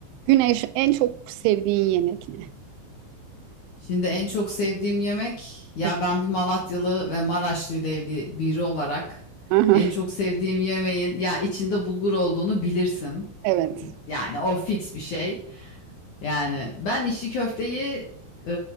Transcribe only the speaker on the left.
Şimdi en çok sevdiğim yemek ya
ben bir Malatyalı ve Maraşlı ile evli biri olarak
en çok sevdiğim yemeğin ya içinde bulgur olduğunu bilirsin.
Yani o fix bir şey. Yani ben içli köfteyi e,